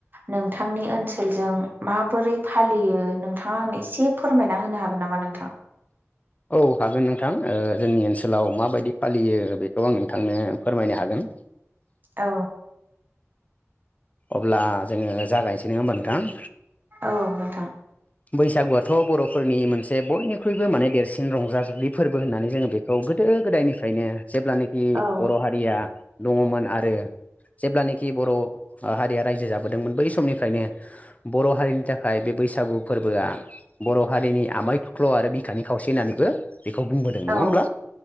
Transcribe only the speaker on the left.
औ हागोन नोंथां ओ जोंनि ओनसोलाव माबायदि फालियो बेखौ आं नोंथांनो फोरमायनो हागोन
अब्ला जोङो जागायनोसै नङा होमबा नोंथां
बैसागुआथ' बर'फोरनि मोनसे बयनिख्रुइबो माने देरसिन रंजाजलि फोरबो होननानै जोङो बेखौ गो गोदो गोदायनिफ्रायनो जेब्लानाखि
बर' हारिया दङमोन आरो जेब्लानाखि बर' हारिया रायजो जाबोदोंमोन बै समनिफ्रायनो बर' हारिनि थाखाय बे बैसागु फोरबोआ बर' हारिनि आमाय थख्ल' आरो बिखानि खावसे होननानैबो बेखौ बुंबोदों नङा
होमब्लाओ